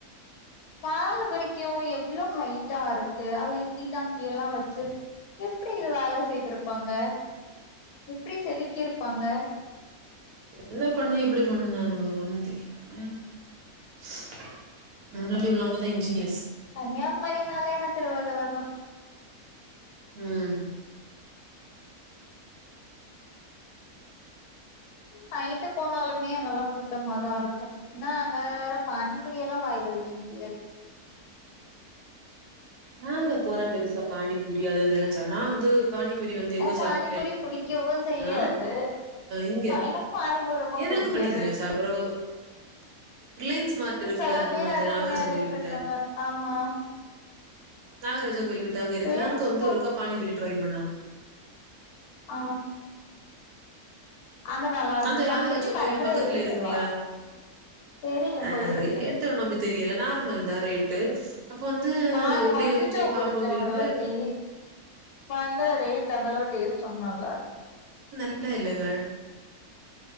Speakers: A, on the left; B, on the right.
A: மாலை பறிக்கவும் எவ்வளவு ஹைட்டா இருக்கு அது இடி தாங்கி எல்லாம் வச்சு எப்படி இது வேலை செய்திருப்பாங்க எப்டி செதுக்கிருப்பாங்க
B: என்ன பண்ணனும் எப்படி பண்ணனும் நம்ம <unintelligible> முன்னாடி உள்ளவங்கதா இன்ஜினியர்ஸ்
A: கன்னியாகுமரினாலே என்ன திருவள்ளுவர்தா
B: ம்
A: நைட்டு போனாலுமே அங்கெல்லா கூட்டமாதா இருக்கு என்னா அங்க வேற பானிபுரியல்லா வாயில வக்க முடியாது
B: நாங்க போனா பெருசா பானிபூரி அது இதெல்லா சாப் நா வந்து பானிபூரி வந்து
A: எனக்கு
B: எங்க சாப்பிட்டே
A: பானிபூரி புடிக்கவு செய்யாது
B: இன்னா இங்க
A: எனக்கு பானிபூரி ரொம்ப
B: எனக்கு
A: புடிக்காது
B: படிக்க <unintelligible> ரிலன்ஸ் மார்ட் இருக்குல்ல
A: சில
B: நம்ம
A: பேர்
B: அ
A: அதுக்குன்னே
B: நாகராஜா
A: அடிக்ட்
B: கோயிலுகிட்ட
A: இருக்காங்க ஆமா
B: நாகராஜா கோயிலுகிட்ட அங்க
A: ரிலையன்ஸ் மால்
B: இருக்க பானிபூரி ட்ரை பண்ணலா
A: ஆ அங்க நல்லா இருந்துச்சு
B: அந்த நாகராஜா
A: அங்கயு
B: கோயிலு
A: பயங்கர
B: பக்கத்துல
A: ரேட்
B: இருக்குல்ல
A: எல்லா தெரியு
B: அ
A: போயிருக்கே
B: அ ரேட்டு ஒன்னு அப்பிடி தெரியல நார்மல்தா ரேட்டு அப்ப வந்து
A: நா இந்த
B: எப்படி
A: மொஜிட்டோ
B: இருக்குன்னு சொல்லி
A: குடிச்சோ
B: பாப்போம்ன்னு சொல்லிட்டு
A: ஒரு வாட்டி பயங்கர ரேட் அந்தளவு டேஸ்ட் ஒன்னு இல்ல
B: இல்ல இல்ல க